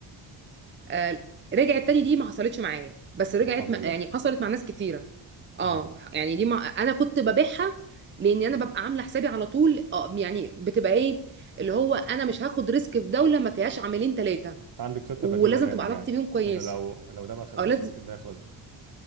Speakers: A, on the right; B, on the right.
A: آه رجعت تاني دي ما حصلتش معايا بس رجعت
B: طب الحمد
A: مع-
B: لله
A: يعني
B: <laughs>
A: حصلت مع ناس كتيره اه
B: اه
A: يعني دي ما انا كنت ببيعها لاني انا ببقى عامله حسابي على طول آه يعني بتبقى ايه اللي هو انا مش هاخد ريسك في دوله ما فيهاش عاملين ثلاثه
B: عندك خطة
A: ولازم
B: بديلة دايما
A: تبقى
B: يعني
A: علاقتي بيهم كويسه
B: ان لو لو ده ما خدهاش
A: او لازم
B: ممكن ده ياخدها